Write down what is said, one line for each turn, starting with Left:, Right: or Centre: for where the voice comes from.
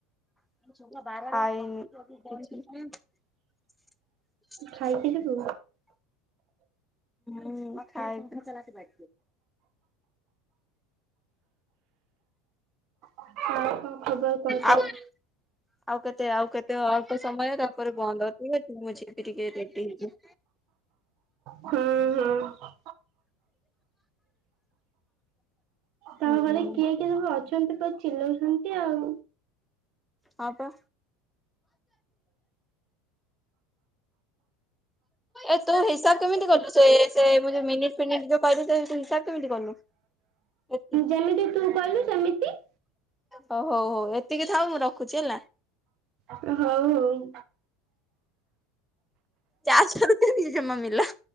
Centre: ହାଇ
Right: ଖାଇକି ଯିବୁ।
Centre: ହୁଁ ଖାଇଛି।
Right: ଆଉ କଣ ଖବର କହ ତୋର?
Centre: ଆଉ ଆଉ କେତେ ଆଉ କେତେ ଅଳ୍ପ ସମୟ ତାପରେ ବନ୍ଦ ଠିକ ଅଛ ମୁଁ ଯିବି ଟିକେ ରେଡି ହେବି।
Right: ହଁ ହଁ ତ
Centre: ହୁଁ
Right: ଘରେ କିଏ? କିଏ ସବୁ ଅଛନ୍ତି ପୁରା ଚିଲଉଛନ୍ତି ଆଉ।
Centre: ହଁ ପା। ଏ ତୁ ହିସାବ କେମିତି କଲୁ ସେ ସେ ମୁଁ ଯୋଉ ମିନିଟ୍ ଫିନିଟ୍ କରି ଦେବି କେମିତି କଲୁ? ଏତିକି
Right: ଯେମିତି ତୁ କହିଲୁ ସେମିତି।
Centre: ହଉ ହଉ ହଉ ଏତିକି ଥାଉ ମୁଁ ରଖୁଚି ହେଲା।
Right: ହଉ ହୋଉ।
Centre: ଚାର୍ଜ କରୁଥିଲି ଜେଜେମା ମିଳିଲା।